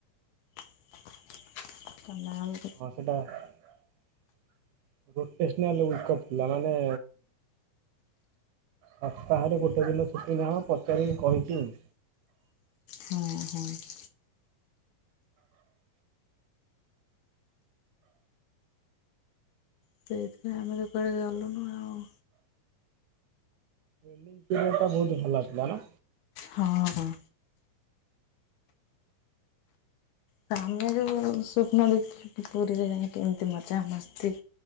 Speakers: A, on the left; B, on the right.
A: <unintelligible>
B: ହଁ ସେଟା <unintelligible> ମାନେ ସପ୍ତାହରେ ଗୋଟେ ଦିନ ଛୁଟି ନାଁହ ପଚାରିକି କହିଛିି ଆଉ।
A: ହଁ ହଁ। ସେଇଥିପାଇଁ ଆମେ ତ କୁଆଡ଼େ ଗଲୁନୁ ଆଉ।
B: <unintelligible> ବହୁତ ଭଲ ଥିଲା ନା।
A: ହଁ ହଁ। ତ ଆମେ ଯୋଉ ସ୍ୱପ୍ନ ଦେଖିଥିଲୁ ପୁରୀରେ ଯାଇକି ଏମିତି ମଜା ମସ୍ତି।